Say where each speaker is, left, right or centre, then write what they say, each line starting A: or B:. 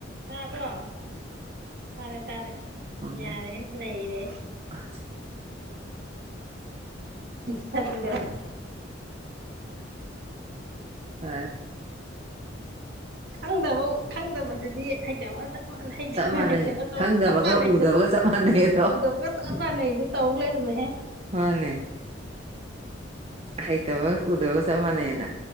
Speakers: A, on the right (about 60°); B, on the right (about 35°).
A: ꯇꯥꯕ꯭ꯔꯣ ꯇꯥꯔꯦ ꯇꯥꯔꯦ
B: ꯎꯝ
A: ꯌꯥꯔꯦ ꯍ ꯅ ꯔꯦ
B: ꯑ
A: ꯆꯗ꯭ꯔ
B: ꯍ
A: ꯈꯪꯗꯕ ꯈꯪꯗꯕꯗꯨꯗꯤ ꯍꯩꯇꯕ ꯞ
B: ꯆꯞ ꯃꯥꯟꯅꯩ
A: ꯍꯩꯇꯕ
B: ꯈꯪꯗꯕꯒ
A: ꯆꯞ ꯃꯥꯟꯅꯩꯗꯣ
B: ꯎꯗꯕꯒ ꯆꯞ ꯃꯥꯟꯅꯩꯗꯣ
A: ꯎꯗꯕꯒ ꯆꯞ ꯃꯥꯟꯅꯩꯗꯣ ꯇꯧ ꯂꯩꯔꯝ ꯍꯦ
B: ꯍꯅꯦ ꯍꯥꯏꯥꯏ ꯇꯕ ꯎꯗꯒ ꯁꯃꯅ ꯌꯦꯅ